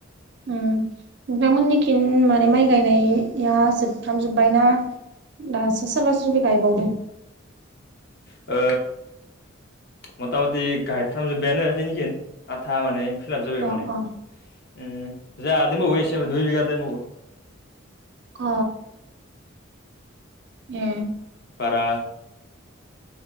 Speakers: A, on the right (about 60°); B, on the left (about 55°).
A: उम नोंथांमोननिखिन माने माइ गायनाया जोबफ्राम जोब्बायना? दासो सोरबा सोरबि गायबावदो
B: ओ मथा मथि गायफ्रामजोबबायानो जेनिखिन आथा माने फिलाप जाबाय माने
A: अ अ
B: उम जा दोनबावो एसे दुइ बिघा दोनबावो
A: अ ए
B: बारा